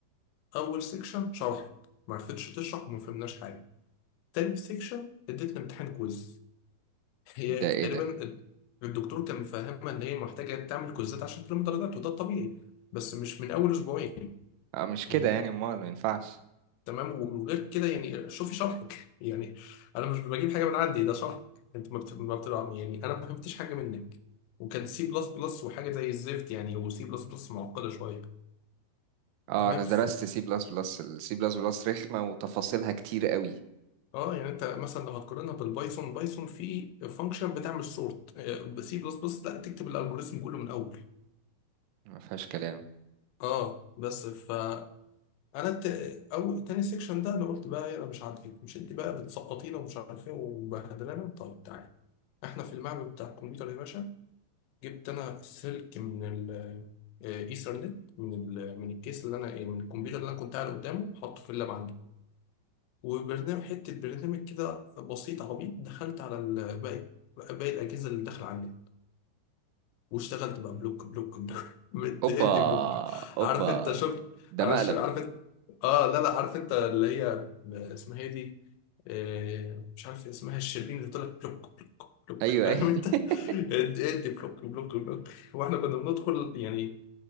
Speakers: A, on the left (about 80°); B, on the right (about 80°).
A: أول سيكشن شرحت معرفتش تشرح وما فهمناش حاجة تاني سيكشن اديتنا امتحان كويز هي
B: ده
A: تقريبا
B: ايه ده
A: ال- الدكتور كان مفهمها إن هي محتاجة تعمل كويزات عشان تلم درجات وده الطبيعي بس مش من أول أسبوعين
B: اه مش كده
A: يعني
B: يعني امال ما ينفعش
A: تمام وغير كده يعني شوفي شرحك يعني انا مش بجيب حاجه من عندي ده شرحك انت ما بت- ما بت- يعني انا ما فهمتش حاجه منك وكان سي بلس بلس وحاجه زي الزفت يعني وسي بلس بلس معقده شويه
B: اه
A: تمام
B: انا درست سي بلس بلس السي بلس بلس رخمة وتفاصيلها كتير قوي
A: اه يعني انت مثلا لو هتقارنها بالبايثون بايثون في فانكشن بتعمل سورت سي بلس بلس لا تكتب الالجوريزم كله من اول
B: ما فيهاش كلام
A: اه بس فانا الت... او تاني سيكشن ده انا قلت بقى إيه، انا مش عاجبك مش انت بقى بتسقطينا ومش عارف ايه ومبهدلانا طب تعالى احنا في المعمل بتاع الكمبيوتر يا باشا جبت انا السلك من ال ايثرنت من ال من الكيس اللي انا إيه، من الكمبيوتر اللي انا كنت قاعد قدامه حاطه في اللاب عندي وبرنامج حته برنامج كده بسيط عبيط دخلت على ال- باقي باقي الاجهزه اللي داخله عندي واشتغلت بقى بلوك بلوك بلوك <laughs> مدي
B: اوبا
A: بلوك
B: اوبا
A: عارف انت شفت
B: ده
A: عارف
B: مقلب
A: عارف انت اه لا لا عارف انت اللي هي اسمها ايه دي آه مش عارف اسمها الشربين اللي طلع بلوك بلوك بلوك
B: ايوه
A: فاهم
B: اي
A: انت
B: <laughs>
A: <laughs> ادي ادي بلوك بلوك بلوك واحنا كنا بندخل يعني